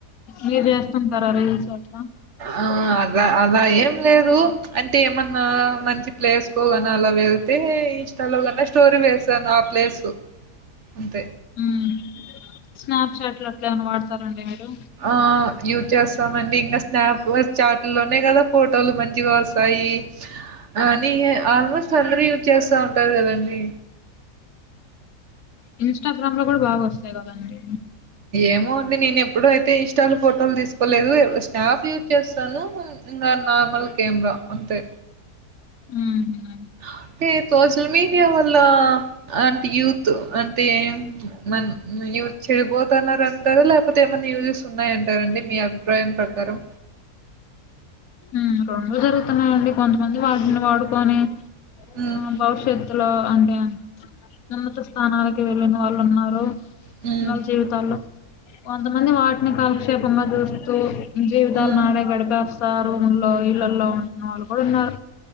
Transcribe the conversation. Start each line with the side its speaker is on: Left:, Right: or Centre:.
Left: మీరు చేస్తుంటారా రీల్స్ గట్ల
Right: ఆ అద అలా ఏం లేదు అంటే ఏమన్నా మంచి ప్లేస్కు గన అలా వెళ్తే ఇన్స్టాలో గన స్టోరి వేసాను ఆ ప్లేసు అంతే
Left: హ్మ్ స్నాప్చాట్లు అట్లా ఏమన్నా వాడతారండి మీరు
Right: ఆ యూజ్ చేస్తామండి ఇంకా స్నాప్ చాట్ లోనే కదా ఫోటోలు మంచిగా వస్తాయి ఆ నీ ఆల్మోస్ట్ అందరు యూజ్ చేస్తా ఉంటారు కదండి
Left: ఇన్స్టాగ్రామ్ లో కూడా బాగ వస్తాయి కదండి
Right: ఏమో అండి నేను ఎప్పుడయితే ఇన్స్టా లో ఫోటోలు తీసుకు లేదు స్నాప్ యూజ్ చేస్తాను ఇంకా నార్మల్ కెమెరా అంతే
Left: ఊహు
Right: అంటే సోషల్ మీడియా వల్ల అంటే యూత్ అంటే మ న్యూ చెడిపోతున్నంటారు లేకపోతే ఏమన్నా న్యూజెస్ ఉన్నాయంటారండి మీ అభి ప్రయం పకారం
Left: ఊ రెండు జరుగుతున్నాయ్ అండి కొంతమంది వాటిని వాడుకొని
Right: హ్మ్.
Left: ఆ భవిష్యత్తులో అంటే ఉన్నత స్థానాలకి వెళ్ళిన వాళ్ళు ఉన్నారు
Right: హ్మ్.
Left: నాల్ జీవితాల్లో కొంతమంది వాటిని కాలక్షేపంగా చూస్తు తు జీవితాలు
Right: హ్మ్.
Left: నాడే గడిపేస్తారు రూమ్ లో ఇళ్లల్లో ఉంటున్న వాళ్ళు కూడా ఉన్నారు